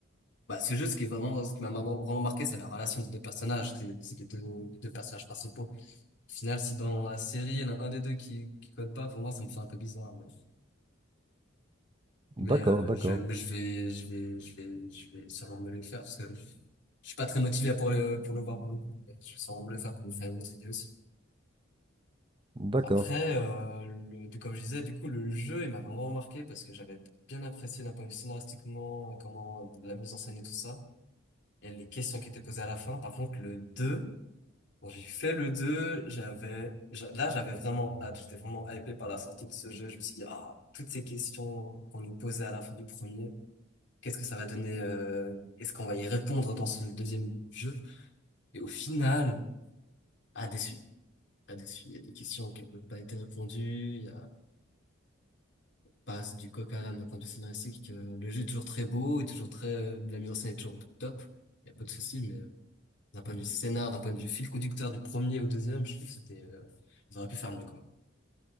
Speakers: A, on the left; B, on the right.
A: bah, c'est juste ce qui est vraiment, ce qui m'a vraiment vraiment marqué, c'est la relation des deux personnages, c'est c'est les deux, les deux personnages principaux. Au final, si dans la série, il y en a un des deux qui, qui code pas, pour moi, ça me fait un peu bizarre. Mais,
B: D'accord,
A: mais, euh,
B: d'accord,
A: je, mais je vais, je vais, je vais, je vais sûrement me le faire parce que je suis pas très motivé pour le, pour le voir pour le coup. Mais Je vais sûrement me le faire pour me faire une autre idée aussi.
B: d'accord.
A: Après, euh, le, du- comme je disais, du coup, le jeu, il m'a vraiment marqué parce que j'avais bien apprécié d'un point de vue scénaristiquement, comment la mise en scène et tout ça, et les questions qui étaient posées à la fin. Par contre, le 2 quand j'ai fait le 2 j'avais, j'a- là, j'avais vraiment hâte, j'étais vraiment hypé par la sortie de ce jeu. Je me suis dit, ah, toutes ces questions qu'on nous posait à la fin du premier, qu'est-ce que ça va donner, euh, est-ce qu'on va y répondre dans ce deuxième jeu? Et au final, ah, déçu. Ah, déçu. Il y a des questions qui n'ont même pas été répondues. passe du coq à l'âne d'un point de vue scénaristique. euh, le jeu est toujours très beau est toujours très, euh, la mise en scène est toujours top. Il n'y a pas de souci, mais euh, d'un point de vue scénar, d'un point de vue fil conducteur du premier au deuxième, je trouve que c'était, euh, ils auraient pu faire mieux, quoi.